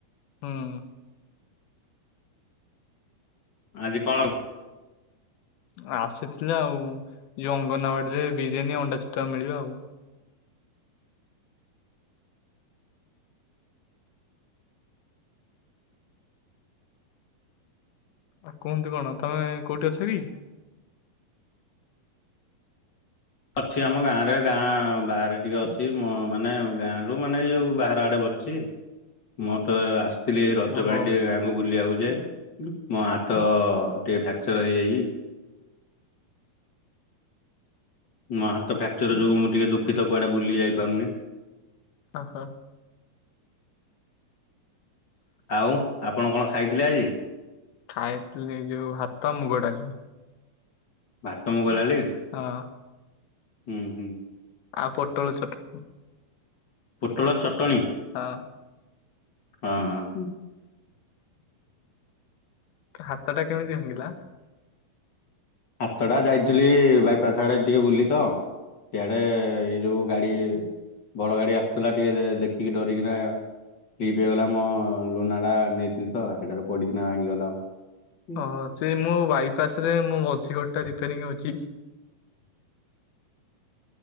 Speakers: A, on the left (about 80°); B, on the left (about 45°).
A: ହଁ।
B: ଆଜି କଣ?
A: ଆସିଥିଲା ଆଉ ଯୋଉ ଅଙ୍ଗନବାଡିରେ ବିରିୟାନୀ ଅଣ୍ଡା ଛତୁଆ ମିଳିବ ଆଉ। ଆଉ କୁହନ୍ତୁ କଣ ତମେ କୋଉଠି ଅଛ କି?
B: ଅଛି ଆମ ଗାଁ ରେ ଗାଁ ବାହାରେ ଟିକେ ଅଛି ମୋ ମାନେ ଗାଁ ରୁ ମାନେ ଏଇ ଯୋଉ ବାହାର ଆଡେ ବସି ମୋ ତ ଆ ଥିଲି ରଜ
A: ଓହୋ
B: ପାଇଁ ଟିକେ ଗାଁ କୁ ବୁଲିିବାକୁ ଯେ ମୋ ହାତ ଟିକେ ଫ୍ରାକ୍ଚର ହେଇଯାଇଚି। ମୋ ହାତ ଫ୍ରାକ୍ଚର ଯୋଗୁ ମୁଁ ଟିକେ ଦୁଃଖିତ କୁଆଡେ ବୁଲି ଯାଇ ପାରୁନି।
A: ଓହୋ।
B: ଆଉ ଆପଣ କଣ ଖାଇଥିଲେ ଆଜି?
A: ଖାଇଥିଲି ଯୋଉ ହାତ ମୁଗ ଡାଲି।
B: ଭାତ ମୁଁ ଗଲାଲି?
A: ହଁ।
B: ହୁଁ ହୁଁ।
A: ଆଉ ପୋଟଳ ଚଟ
B: ପୋଟଳ ଚଟଣି?
A: ହଁ।
B: ହଁ ହଁ।
A: ହାତ ଟା କେମିତି ଭାଙ୍ଗିଲା?
B: ହାତଟା ଯାଇଥିଲି- ବାଇପାସ ଆଡେ ଟିକେ ବୁଲି ତ। ସେଆଡେ ଏଇ ଯୋଉ ଗାଡି ବଡ ଗାଡି ଆସୁଥିଲା ଟିକେ ଦେଖିକି ଡରିକିନା ଲିପ୍ ହେଇଗଲା ମୋ ଲୁନାଟା ନେଇଥିଲି ତ ସେଇଟାରେ ପଡ଼ିକିନା ଭାଙ୍ଗିଗଲା ଆଉ। ହୁଁ
A: ଓ ସେ ମୋ ବାଇପାସ ରେ ମୋ ମଝି ଗୋଟ ଟା ରିପୋରିଂ ଅଛି।